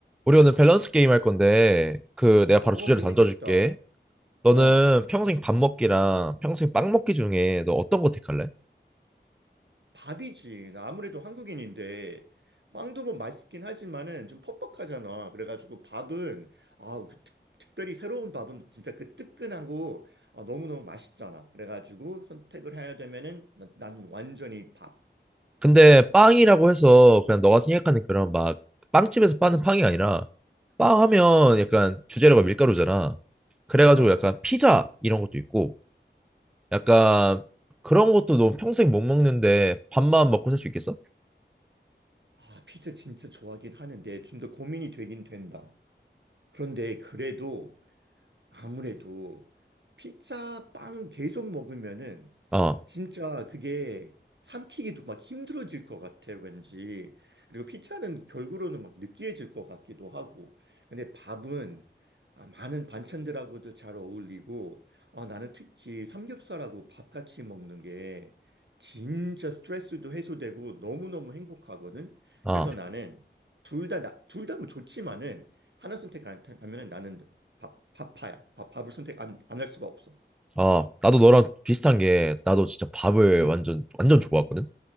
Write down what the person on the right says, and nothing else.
어,
재밌겠다.
어,
밥이지. 나 아무래도 한국인인데, 빵도 뭐 맛있긴 하지만은 좀 퍽퍽하잖아. 그래가지고 밥은, 아, 그 특, 특별히 새로운 밥은 진짜 그 뜨끈하고, 아, 너무너무 맛있잖아. 그래가지고 선택을 해야 되면은, 나, 나는 완전히 밥.
어,
아, 피자 진짜 좋아하긴 하는데, 좀 더 고민이 되긴 된다. 그런데 그래도, 아무래도, 피자 빵 계속 먹으면은,
진짜 그게 삼키기도 막 힘들어질 것 같아, 왠지. 그리고 피자는 결국으로는 막 느끼해질 것 같기도 하고. 근데 밥은 아, 많은 반찬들하고도 잘 어울리고, 아, 나는 특히 삼겹살하고 밥 같이 먹는 게 진짜 스트레스도 해소되고 너무너무 행복하거든.
그래서 나는 둘 다, 나, 둘다 뭐 좋지만은 하나 선택하면 나는 밥, 밥파야. 밥, 밥을 선택 안, 안 할 수가 없어.
응,